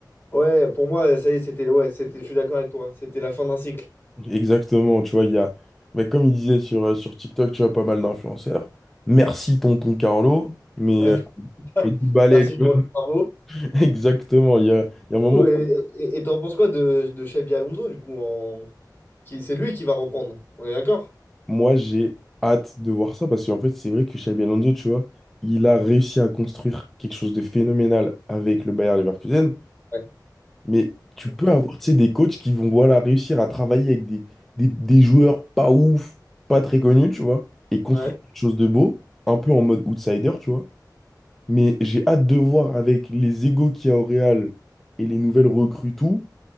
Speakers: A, on the left; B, in the centre.
A: Ouais, pour moi, ça y est, c'était... Ouais, c'était, je suis d'accord avec toi. C'était la fin d'un cycle.
B: Exactement, tu vois, il y a, mais comme il disait sur, euh, sur TikTok, tu vois, pas mal d'influenceurs. Merci tonton Carlo, mais
A: Ouais, <laughs>
B: Mais du ballet,
A: merci
B: tu
A: pour
B: vois.
A: les travaux.
B: <laughs> Exactement. Il y a, il y a un moment.
A: Et et- et t'en penses quoi de, de Xabi Alonso, du coup, en... qui- c'est lui qui va reprendre. On est d'accord?
B: Moi, j'ai hâte de voir ça parce qu'en fait, c'est vrai que Xabi Alonso, tu vois, il a réussi à construire quelque chose de phénoménal avec le Bayer Leverkusen.
A: Ouais.
B: Mais tu peux
A: Bon.
B: avoir, tu sais, des coachs qui vont, voilà, réussir à travailler avec des, des, des joueurs pas ouf, pas très connus, tu vois, et construire
A: Ouais.
B: quelque chose de beau, un peu en mode outsider, tu vois. Mais j'ai hâte de voir avec les égos qu'il y a au Real et les nouvelles recrues, tout.